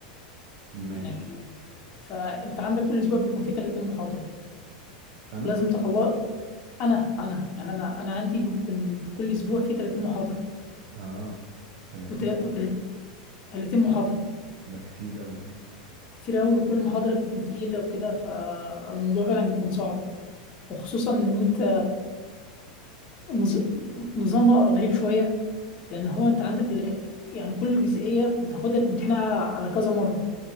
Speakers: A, on the right; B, on the left.
A: ماشي
B: يعني ال- فانت عندك كل اسبوع بيكون فيه 30 محاضره
A: أنا
B: لازم تخلص انا انا يعني انا انا عندي بيكون في كل اسبوع في 30 محاضره
A: آه 30
B: و30 محاضره
A: ده كتير قوي ده
B: كتير أوي وكل محاضره بتكون تقيله وكده فالموضوع فعلا بيكون صعب وخصوصا ان انت نظ- نظامها غريب شويه لان هو انت عندك ال- يعني كل جزئيه بتاخدها بتمتحنها على كذا مره